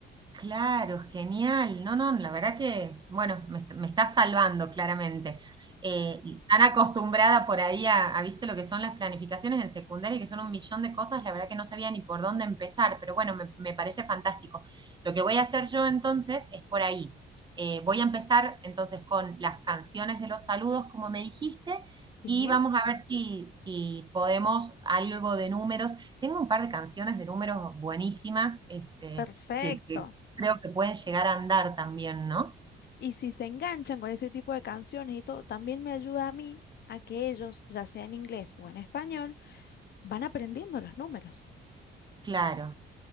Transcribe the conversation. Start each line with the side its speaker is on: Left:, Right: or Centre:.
Right: Claro, genial. No, no, la verdad que, bueno, me, est- me está salvando claramente. Eh, y tan acostumbrada por ahí a, a, viste, lo que son las planificaciones en secundaria, que son un millón de cosas, la verdad que no sabía ni por dónde empezar, pero bueno, me, me parece fantástico. Lo que voy a hacer yo entonces es por ahí. Eh, voy a empezar entonces con las canciones de los saludos, como me dijiste,
Left: Sí,
Right: y vamos a ver si, si podemos algo de números. Tengo un par de canciones de números buenísimas, este
Left: perfecto.
Right: que, Creo que pueden llegar a andar también, ¿no?
Left: Y si se enganchan con ese tipo de canciones y todo, también me ayuda a mí a que ellos, ya sea en inglés o en español, van aprendiendo los números.
Right: Claro,